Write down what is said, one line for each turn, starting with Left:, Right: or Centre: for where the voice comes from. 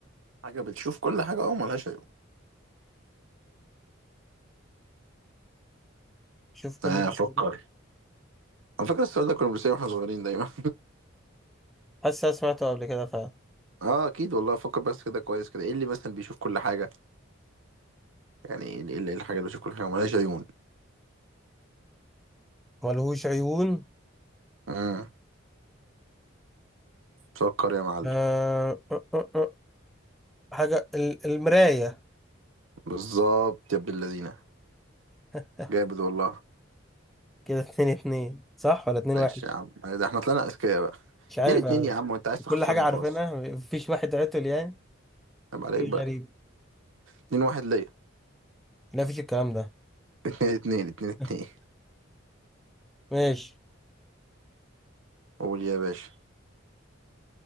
Right: حاجة بتشوف كل حاجة اه ملهاش عيون
Centre: شوف كل
Right: آه
Centre: حاجة
Right: فكر على فكرة السؤال ده كنا بنسأله واحنا صغيرين دايما
Centre: حاسس أنا سمعته قبل كده فعلا
Right: <laughs> اه اكيد والله فكر بس كده كويس كده ايه اللي مثلا بيشوف كل حاجة يعني ايه إيه- إيه الحاجة اللي بتشوف كل حاجة وملهاش عيون
Centre: ملهوش عيون
Right: امم سكر يا معلم
Centre: آه... آه، آه، آه. حاجة ال- المراية
Right: بالظبط يا ابن اللذينة
Centre: <laughs>
Right: جامد والله
Centre: كده اتنين اتنين صح ولا اتنين
Right: ماشي
Centre: واحد
Right: يا عم آه، ده احنا طلعنا اذكياء بقى
Centre: مش عارف
Right: اتنين اتنين
Centre: أنا.
Right: يا عم وانت عايز تخسرني
Centre: كل حاجة عارفينها
Right: وخلاص
Centre: مفيش واحد عطل يعني
Right: عيب عليك
Centre: إيه
Right: بقى
Centre: غريب
Right: اتنين واحد ليا <laughs>
Centre: لا مفيش الكلام ده
Right: اتنين اتنين اتنين اتنين
Centre: <laughs> ماشي
Right: قول يا باشا